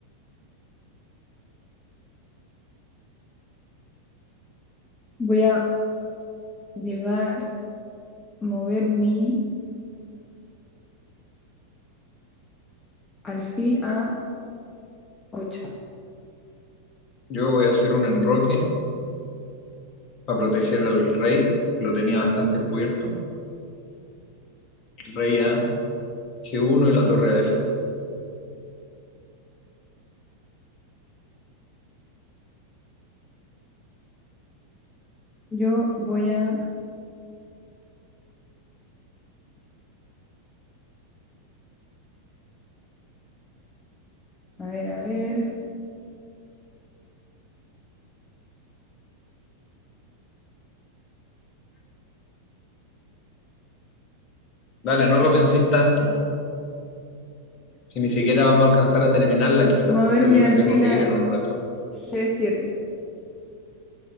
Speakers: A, on the left; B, on the left.
A: voy a llevar, mover mi alfil a ocho
B: Yo voy a hacer un enroque para proteger al rey, que lo tenía bastante cubierto. El rey a g uno y la torre a f uno.
A: Yo voy a, a ver, a ver,
B: Dale, no lo penséis tanto. Si ni siquiera vamos a alcanzar a terminarla, quizás
A: mover
B: porque
A: mi
B: yo me
A: alfil
B: tengo que
A: a
B: ir en un rato.
A: G7.